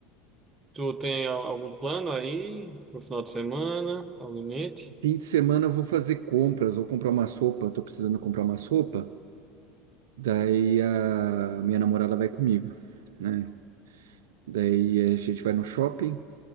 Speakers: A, on the right; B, on the right.
A: tu tem al- algum plano aí no final de semana? Algum em mente?
B: Fim de semana eu vou fazer compras, vou comprar uma sopa, tô precisando comprar uma sopa. Daí a minha namorada vai comigo, né? Daí a gente vai no shopping,